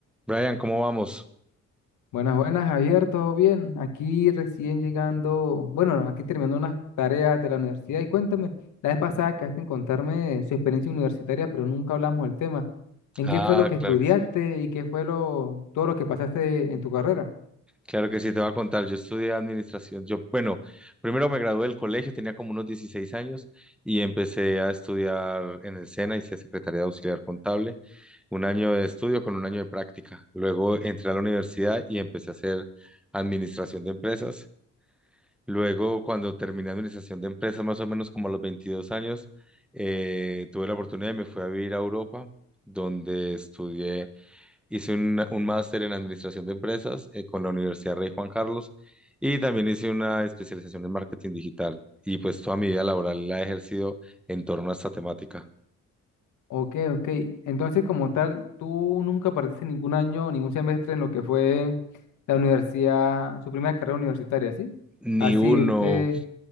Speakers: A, in the centre; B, on the left.
A: Brian, ¿cómo vamos?
B: Buenas, buenas, Javier, ¿todo bien? Aquí recién llegando, bueno, aquí terminando unas tareas de la universidad y cuéntame, la vez pasada quedaste en contarme su experiencia universitaria, pero nunca hablamos del tema. ¿En
A: Ah,
B: qué fue lo que estudiaste
A: claro que sí.
B: y qué fue lo, todo lo que pasaste en tu carrera?
A: Claro que sí, te voy a contar. Yo estudié administración. Yo, bueno, primero me gradué del colegio, tenía como unos 16 años y empecé a estudiar en el SENA, hice Secretaría de Auxiliar Contable, un año de estudio con un año de práctica. Luego entré a la universidad y empecé a hacer administración de empresas. Luego, cuando terminé administración de empresas, más o menos como a los 22 años, eh, tuve la oportunidad y me fui a vivir a Europa, donde estudié Hice un, un máster en administración de empresas eh, con la Universidad Rey Juan Carlos y también hice una especialización en marketing digital. Y pues toda mi vida laboral la he ejercido en torno a esta temática.
B: Ok, ok. Entonces, como tal, tú nunca partiste ningún año, ningún semestre en lo que fue la universidad, su primera carrera universitaria, ¿sí?
A: Ni
B: Así,
A: uno.
B: usted,